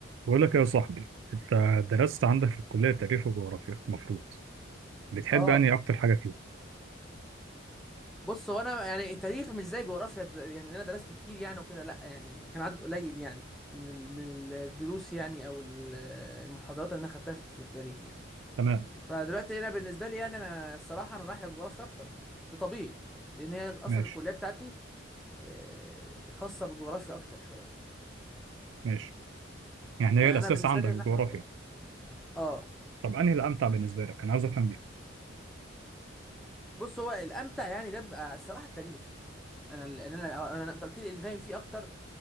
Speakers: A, on the right; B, in the centre.
A: بقول لك يا صاحبي انت درست عندك في الكليه تاريخ وجغرافيا المفروض بتحب
B: اه
A: انهي اكتر حاجه فيهم
B: بص هو انا يعني التاريخ مش زي جغرافيا د- يعني انا درسته كتير يعني وكده لا يعني كان عدد قليل يعني من ال... من الدروس يعني او ال- المحاضرات اللي انا خدتها في في التاريخ يعني
A: تمام
B: فدلوقتي انا بالنسبه لي يعني انا الصراحه انا رايح للجغرافيا اكتر يعني، ده طبيعي لان هي اصلا
A: ماشي
B: الكليه بتاعتي آه، خاصه بالجغرافيا اكتر شويه يعني
A: ماشي يعني
B: فانا
A: هي الاساس
B: بالنسبه
A: عندك
B: لي انا
A: الجغرافيا
B: رايح للجغرافيا اه
A: طب انهي الامتع بالنسبه لك انا عايز افهم دي
B: بص هو الامتع يعني ده بيبقى الصراحه التاريخ يعني انا ال- انا أنا- أنا- انت قلت لي اللي فاهم فيه اكتر